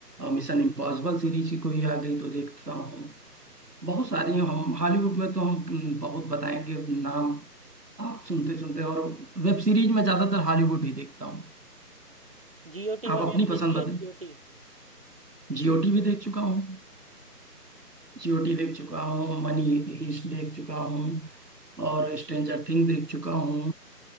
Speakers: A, on the right; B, on the right.
A: मिशन इम्पॉसिबल सीरीज की कोई आ गई तो देखता हूँ बहुत सारी हैं हम हॉलीवुड में तो हम हम्म, बहुत बताएंगे नाम आप सुनते सुनते और वेब सीरीज में ज्यादातर हॉलीवुड ही देखता हूँ
B: जीओटी
A: आप
B: वगैरह
A: अपनी पसंद
B: देखी
A: बताएं
B: है जीओटी
A: जीओटी भी देख चुका हूँ जीओटी देख चुका हूँ मनी हीस्ट देख चुका हूँ और स्ट्रेंजर थिंग देख चुका हूँ